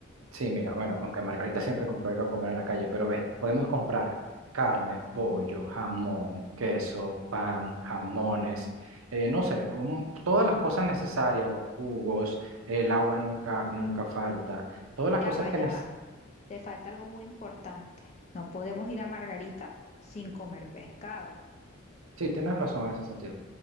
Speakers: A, on the right (about 75°); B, on the left (about 35°).
A: Sí, mira, bueno, aunque Margarita siempre compró que comer en la calle, pero ve, podemos comprar carne, pollo, jamón, queso, pan, jamones, eh, no sé, un- todas las cosas necesarias, los jugos, el agua nunca, nunca falta, todas las
B: Ya
A: cosas
B: va,
A: que
B: ya
A: necesitas.
B: va. Te falta algo muy importante. No podemos ir a Margarita sin comer pescado.
A: Sí, tienes razón en ese sentido.